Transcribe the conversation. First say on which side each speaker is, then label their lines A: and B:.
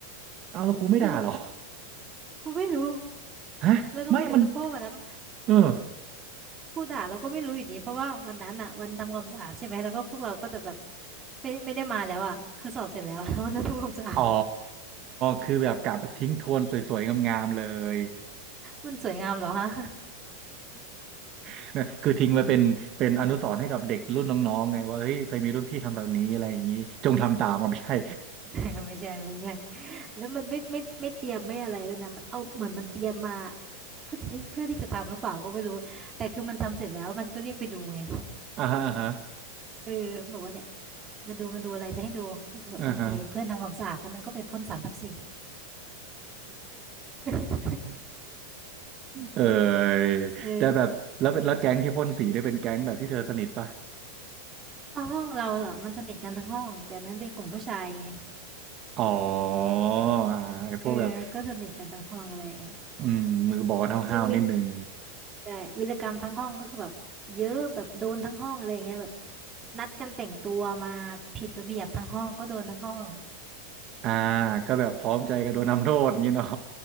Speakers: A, on the right (about 40°); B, on the right (about 25°).
A: เอาแล้วครูไม่ด่าเหรอ
B: คือกูไม่รู้
A: ฮะไม่มัน
B: แล้วก็ไม่รู้นะเพราะว่าวันนั้น
A: เออ
B: ผู้ด่าเราก็ไม่รู้อยู่ดีเพราะว่าวันนั้นอะวันทำความสะอาดใช่ไหมแล้วก็พวกเราก็จะแบบไม่ไม่ได้มาแล้วอะคือสอบเสร็จแล้ว <laughs> วันนั้นทำความสะอาด
A: อ๋อคือแบบกะแบบทิ้งทวนสวยๆงามๆเลย
B: มันสวยงามเหรอฮะ
A: <laughs> คือทิ้งไว้เป็นเป็นอนุสรณ์ให้กับเด็กรุ่นน้องๆไงว่าเฮ้ยเคยมีรุ่นพี่ทำแบบนี้อะไรอย่างนี้จงทำตามมันไม่ใช่
B: <laughs> ไม่ใช่ไม่ใช่ แล้วมันไม่ไม่ไม่เตรียมไม่อะไรเลยนะมันเอาเหมือนมันเตรียมมาเพื่อที่เพื่อที่จะทำหรือเปล่าก็ไม่รู้แต่คือมันทำเสร็จแล้วมันก็เรียกไปดูไง
A: <laughs> อ่าฮะอ่าฮะ
B: เออบอกว่าเนี่ยมาดูมันดูอะไรจะให้ดูก็คือแบบโอเคเพื่อนทำความสะอาดแล้วมันก็ไปพ่นสารทับสี
A: อ่าฮะ
B: <laughs>
A: เออแต่แบบแล้วเป็นแล้วแก๊งที่พ่นสีได้เป็นแก๊งแบบที่เธอสนิทป่ะ
B: เออเพราะห้องเราเหรอมันสนิทกันทั้งห้องแต่มันเป็นกลุ่มผู้ชายไง
A: อ๋ออ่าไอ้พวกแบบ
B: เออก็สนิทกันทั้งห้องอะไรอย่างเงี้ย
A: อืมมือบอลห้าวๆนิดนึง
B: จริงๆวิใช่วีรกรรมทั้งห้องก็คือแบบเยอะแบบโดนทั้งห้องอะไรอย่างเงี้ยแบบนัดกันแต่งตัวมาผิดระเบียบทั้งห้องก็โดนทั้งห้อง
A: อ่าก็แบบพร้อมใจกันโดนทำโทษอย่างนี้เนาะ